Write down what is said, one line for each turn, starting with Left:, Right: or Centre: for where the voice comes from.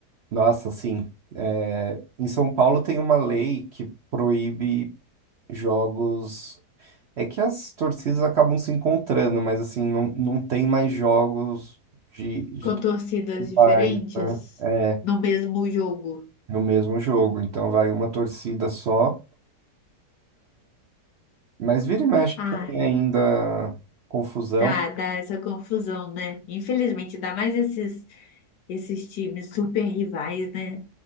Right: Nossa, assim, é, em São Paulo tem uma lei que proíbe jogos É que as torcidas acabam se encontrando, mas assim, não, não tem mais jogos de, de
Left: Com
Right: todos
Left: torcidas
Right: os
Left: diferentes
Right: pais, né? É,
Left: no mesmo jogo.
Right: no mesmo jogo. Então vai uma torcida só. Mas vira e mexe
Left: Ah,
Right: tem ainda confusão.
Left: tá, dá essa confusão, né? Infelizmente, dá mais esses, esses times super rivais, né?